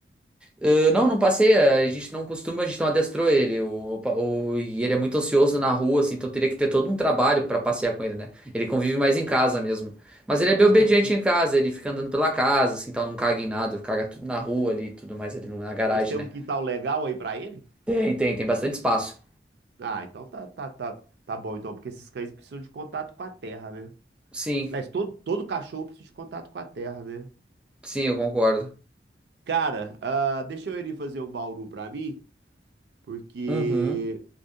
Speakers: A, in the centre; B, on the right.
A: Ah, não, não passei, ah, a gente não costuma, a gente não adestrou ele. O, o- e ele é muito ansioso na rua, assim, então teria que ter todo um trabalho pra passear com ele, né? Ele convive mais em casa mesmo. Mas ele é bem
B: Mas
A: obediente
B: tem um, quin-
A: em casa, ele fica andando pela casa, assim, tal, não caga em nada, caga tudo na rua ali, tudo mais ali na garagem,
B: mas tem
A: né?
B: um quintal legal aí pra ele?
A: Tem, tem, tem bastante espaço.
B: Ah, então tá, tá, tá, tá bom, então, porque esses cães precisam de contato com a terra, né?
A: Sim,
B: Aliás, todo, todo cachorro precisa de contato com a terra, né?
A: sim, eu concordo.
B: Cara, ah, deixa eu ele fazer um bauru pra mim, porque
A: Uhum.